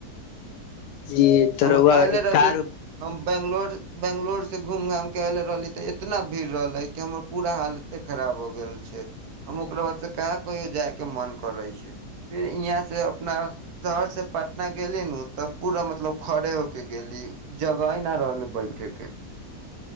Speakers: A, on the left; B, on the right.
A: जी त
B: हम
A: रउआ
B: अयले
A: एक
B: रहली
A: कार
B: हम बैंगलोर बैंगलोर से घूम घाम के एयले रहली तऽ एतना भीड़ रहले कि हमर पूरा हालते खराब हो गेल छै हम ओकरा बाद से काह कहियो जाय के मन करे छै फिर ईहाँ से अपना शहर से पटना गेली न तऽ पूरा मतलब खड़े हो के गेली जगह ह न रहले बैठे के